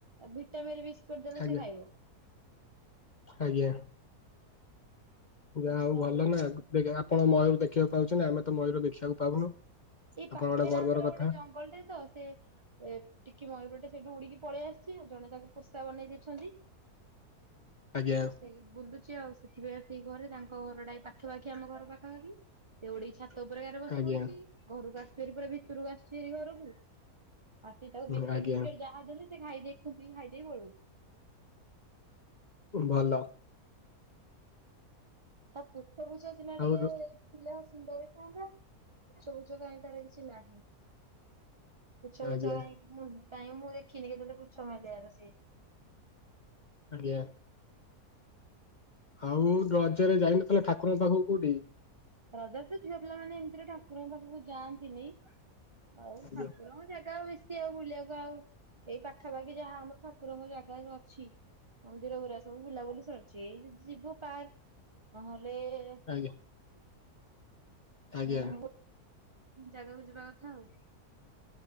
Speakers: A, on the right; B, on the left.
A: ଭିଟାମେରି ବିସ୍କେଟ୍ ଦେଲେ
B: ଆଜ୍ଞା
A: ସେ ଖାଇବ।
B: ଆଜ୍ଞା। ଯାହା
A: ପୋଷା
B: ହଉ ଭଲ
A: ହେଇ
B: ନା ଦେଖ୍ ଆପଣ ମୟୂର ଦେଖିଆକୁ ପାଉଚନ୍ତି ଆମେ ତ ମୟୂର ଦେଖିଆକୁ ପାଉନୁ।
A: ଏଇ
B: ଆପଣ
A: ପାଖେରେ
B: ଗୋଟେ ଗର୍ବର
A: ଆମର
B: କଥା
A: ଗୋଟେ ଜଙ୍ଗଲ୍ ଟେ ତ ସେ ଏ ଟିକେ ମୟୂରଟେ ସେଇଠୁ ଉଡିକି ପଳେଇ ଆସିଚି ଜଣେ ତାକୁ ପୋଷା ବନେଇ ଦେଇଛନ୍ତି।
B: ଆଜ୍ଞା
A: ଆଉ ସେଇ ବୁଲୁଚି। ଚି ଆଉ ସେଥିପାଇଁ ଆସିକି ଘରେ ତାଙ୍କ ଘରଟା ପାଖାପାଖି ଆମ ଘର ପାଖାଖି ସେ ଉଡି ଛାତ୍ ଛାତ ଉପରେ କାର ବସି
B: ଆଜ୍ଞା
A: ପଡୁଚି ଘରକୁ ଆସିାରି ପୁରା ଭିତରକୁ ଆସୁଚି ପୁରା ଘରୁକୁ। ଆସିକି ତାକୁ
B: ହୁଁ,
A: ବିସ୍କେଟ୍
B: ଆଜ୍ଞା
A: ଫିସ୍କେଟ୍ ଯାହା ଦେଲେ ସେ ଖାଇ ଦେଇକି ଖୁଣ୍ଟିକି ଖାଇଦେଇପଳଉଚି।
B: ଉଁ ଭଲ।
A: ତା ର୍ପୁଛ ର୍ଭୁଛ ସିନା
B: ଆଉ
A: ଟିକିଏ
B: ର-
A: ଥିଲା ସୁନ୍ଦର ଦେଖାଯାଆନ୍ତା ର୍ପୁଛ ର୍ଭୁଛ ତାର କିଛି ନାହିଁ। ର୍ପୁଛ ର୍ଗୁଛ
B: ଆଜ୍ଞା
A: କାଇଁ ମୁଁ କାଇଁ ମୁଁ ଦେଖିନି କେତେବେଳେ ର୍ପୁଛ ମେଲି ଆର ସେ।
B: ଆଜ୍ଞା। ଆଉ ରଜରେ ଯାଇନଥିଲ ଠାକୁରଙ୍କ ପାଖକୁ କୋଉଠି?
A: ରଜରେ ତ ଝିଅ ପିଲାମାନେ ଏମିତିରେ ଠାକୁରଙ୍କ ପାଖକୁ ଯାଆନ୍ତିନି। ହଉ
B: ଆଜ୍ଞା
A: ଠାକୁରଙ୍କ ଜାଗା ଆଉ ବେଶ୍ ବେସି ଆଉ ବୁଲିଆକୁ ଆଉ ଏଇ ପାଖାପାଖି ଯାହା ଆମ ଠାକୁରଙ୍କ ଜାଗା ସବୁ ଅଛି। ମନ୍ଦିର ଗୁଡା ସବୁ ବୁଲାବୁଲି ସରିଚି ଏଇ ଯଦି ଯିବୁ ପାର୍କ ନହେଲେ
B: ଆଜ୍ଞା।
A: <unintelligible>
B: ଆଜ୍ଞା।
A: ଜାଗାକୁ ଯିବା କଥା ଆଉ।